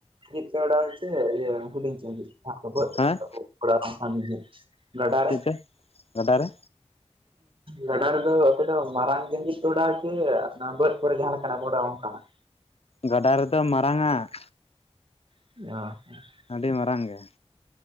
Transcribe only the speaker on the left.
ᱦᱮᱸ
ᱪᱮᱫ ᱪᱚ ᱜᱟᱰᱟ ᱨᱮ᱾
ᱜᱟᱰᱟ ᱨᱮᱫᱚ ᱢᱟᱨᱟᱝ-ᱟ ᱾
ᱟᱹᱰᱤ ᱢᱟᱨᱟᱝ ᱜᱮ᱾